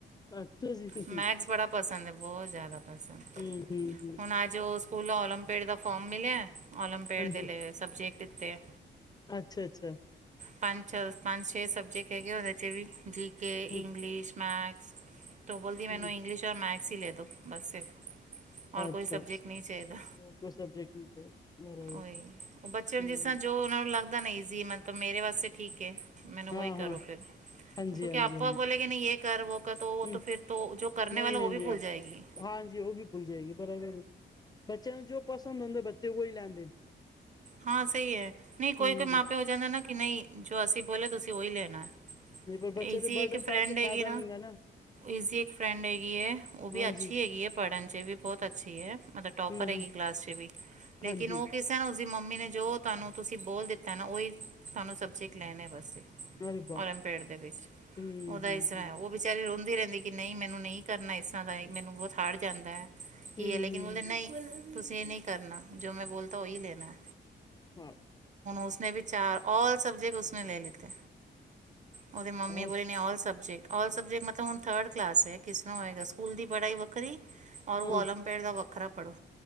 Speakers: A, on the left; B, on the right.
A: ਅੱਛਾ ਜੀ।
B: ਮੈਕਸ ਬੜਾ ਪਸੰਦ ਹੈ ਬਹੁਤ ਜ਼ਿਆਦਾ ਪਸੰਦ
A: ਹੂੰ ਹੂੰ ਹੂੰ
B: ਹੁਣ ਅੱਜ ਉਹ ਸਕੂਲ ਓਲੰਪਿਕ ਦਾ ਫੋਮ ਮਿਲਿਆ। ਆਓਲਪੇਡ
A: ਹਾਂਜੀ
B: ਦੇ ਲਈ ਸਬਜੈਕਟ ਇਤੇ।
A: ਅੱਛਾ ਅੱਛਾ।
B: ਪੰਜ ਪੰਜ ਛੇ ਸਬਜੈਕਟ ਹੈਗੇ ਉਹਦੇ 'ਚ ਵੀ ਜੀ ਕੇ
A: ਹੂੰ
B: ਇੰਗਲਿਸ਼ ਮੈਥ। ਤ ਬੋਲਦੀ ਮੈਨੂੰ
A: ਹੂੰ
B: ਇੰਗਲਿਸ਼ਔ ਮੈਥਸ ਹੀ ਲੈ ਦ ਬਸ ਸਿਰਫ। ਔਰ
A: ਅੱਛਾ
B: ਕੋਈ ਸਬਜੈਕਟ
A: ਅੱਛਾ
B: ਨਹੀਂ ਚਾਹੀਦਾ
A: ਹੋਰ ਕੋਈ ਸਬਜੈਕਟ ਨਹੀਂ ਬਰਾਬ
B: ਉਹੀ ਉਹ ਬੱਚੇ
A: ਹ।
B: ਨੂੰ ਜਿਸ ਜੋ ਉਹਨਾਂ ਨੂੰ ਲੱਗਦਾ ਨਾ ਜ਼ ਮਤਲਬ ਮੇਰੇ ਵਾਸਤੇ ਠੀਕਏ ਮੈਨੂੰ
A: ਹਾਂ
B: ਉਹੀ ਕਰੋ
A: ਹਾਂ
B: ਫਿਰ।
A: ਹਾਂਜੀ
B: ਕਿਉਂਕਿ
A: ਹਾਂਜੀ
B: ਆਪਾਂ
A: ਹਾਂਜੀ
B: ਬੋਲੇ ਕਿ ਨਹੀਂ ਯ ਕਰ ਵੋ ਕਰ
A: ਹੂੰ
B: ਫਿਰ ਜੋ ਕਰਨੇ
A: ਨਹੀਂ
B: ਵਾਲਾ
A: ਨਹੀਂ
B: ਉਹ ਵੀ
A: ਨਹੀਂ
B: ਭੁੱਲ ਜਾਏਗੀ।
A: ਹਾਂਜੀ ਉਹ ਵੀ ਭੁੱਲ ਜਾਏਗੀ ਬੜਾ ਵ ਬੱਚਿਆਂ ਨੂੰ ਜੋ ਪਸੰਦ ਹੁੰਦਾ ਬੱਚੇ ਉਹੀ ਲੈਂਦੇ।
B: ਹਾਂ ਸਹੀ ਹੈ ਨਹੀਂ ਕੋਈ
A: ਹੂੰ,
B: ਕੋਈ ਮਾਪੇ ਹੋ ਜਾਂਦਾ ਨਾ ਕਿ ਨਹੀਂ ਜੋ ਅਸੀਂ ਬੋਲਿਆ ਤੁਸੀਂ ਉਹੀ ਲੈਣਾ।
A: ਨਹੀਂ ਪਰ ਬੱਚੇ
B: ਈਜ਼ੀ
A: ਤੇ ਬਰਡਨ
B: ਇੱਕ
A: ਪਾ
B: ਫਰੈਂਡ
A: ਕੇ ਫ਼ਾਇਦਾ
B: ਹੈਗੀ
A: ਨਹੀਂਗਾ ਨਾ।
B: ਇਸਦੀ ਇੱਕ ਫਰੈਂਡ ਹੈਗੀ ਹੈ ਉਹ ਵੀ
A: ਹਾਂਜੀ
B: ਅੱਛੀ ਹੈਗੀ ਹੈ ਪੜ੍ਹਨ ਚ ਵੀ ਬਹੁਤ ਅੱਛੀ ਹੈ ਮਤਲਬ ਟੋਪਰ।
A: ਹੂੰ ਹੂੰ
B: ਕਲਾਸ ਚ ਵੀ ਲੇਕਿਨ
A: ਹਾਂਜੀ
B: ਉਹ ਕਿਸੇ। ਉਸਦੀ ਮੰਮੀ ਨੇ ਜੋ ਤੁਹਾਨੂੰ ਤੁਸੀਂ ਬੋਲ ਦਿੱਤਾ ਨਾ ਉਹੀ ਤੁਹਾਨੂੰ ਸਬਜੇ ਲੈਣੇ ਵਸੇ।
A: ਅਰੇ ਬਾਪ
B: ਔਰਮਪੇੜ ਦੇ ਵਿੱਚ
A: ਹੂੰ
B: ਉਹਦਾ
A: ਹੂੰ
B: ਇਸ ਤਰ੍ਹਾਂ
A: ਹੂੰ
B: ਹੈ ਉਹ ਵਿਚਾਰੀ ਰੋਂਦੇ। ਰਹਿੰਦੀ ਕਿ ਨਹੀਂ ਮੈਨੂੰ ਨਹੀਂ ਕਰਨਾ ਇਸ ਤਰ੍ਹਾਂ ਦਾ ਮੈਨੂੰ ਬਹੁਤ ਹਾਰੜ ਜਾਂਦਾ ਹੈ ਕੀ
A: ਹੂੰ
B: ਹੈ ਲੇਕਿਨ
A: ਹੂੰ
B: ਬੋਲਦੇ ਨਹੀਂ। ਤੁਸੀਂ ਇਹ ਨਹੀਂ ਕਰਨਾ ਜੋ ਮੈਂ ਬੋਲਤਾ ਉਹੀ ਲੈਣਾ।
A: ਹਾਂ।
B: ਉਸਨੇ ਵੀ ਚਾਰ ਔਲ ਸਬਜੈਕਟ ਉਸਨੇ ਲੈ ਲਿਤੇ। ਉਹਦੇ ਮੰਮੀ
A: ਔਸ
B: ਬੋਲੇ ਨੇ ਆਲ ਸਬਜੈਕਟ। ਆਲ ਸਬਜੈਕਟ ਮਤਲਬ ਹੁਣ ਥਰਡ ਕਲਾਸ ਹੈ ਕਿਸ ਤਰ੍ਹਾਂ ਹੋਏਗਾ ਸਕੂਲ ਦੀ ਪੜ੍ਹਾਈ ਵੱਖਰੀ। ਔਰ
A: ਹੂੰ
B: ਉਹ ਓਲੰਪੀਅਡ ਦਾ ਵੱਖਰਾ ਪੜ੍ਹੋ।